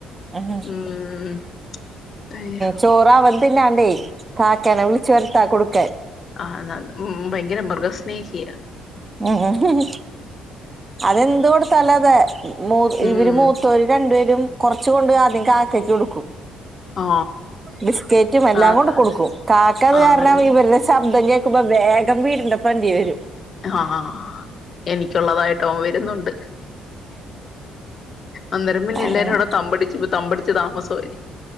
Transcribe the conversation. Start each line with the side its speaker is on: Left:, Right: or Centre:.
Right: ഉം
Left: ഉം അയ്യോ
Right: ചോറവൻ തിന്നാണ്ടെ കാക്കനെ വിളിച്ചു വരത്ത കൊടു ഓക്കെ
Left: ആഹ് എന്നാണ്ട് ഉ ഭയങ്കര മൃഗസ്നേഹിയ
Right: ഉം ഉം അതെന്ത് കൊടുത്താലോ അതെ മൂ ഇവര്
Left: ഉം
Right: മൂത്തര് രണ്ടുപേര് കുറച്ച് കൊണ്ട് ആദ്യം കാക്കയ്ക്ക് കൊടുക്കും.
Left: ആ
Right: ബിസ്കറ്റും എല്ലാം
Left: ആ
Right: കൊണ്ട്
Left: ക-
Right: കൊടുക്കും കാക്കത്
Left: ആണല്ലേ
Right: കാരണം ഇവരുടെ ശബ്ദം വേഗം വീടിന്റെ ഫ്രെണ്ടി വരും.
Left: ആഹ എനിക്കുള്ളതായി ട്ടം വരുന്നുണ്ട്. അന്നേരം പിന്നെ
Right: അങ്ങനെ
Left: എല്ലാരുംവിടെ തമ്പടിച്ചു തമ്പടിച്ച് താമസമായിരിക്കും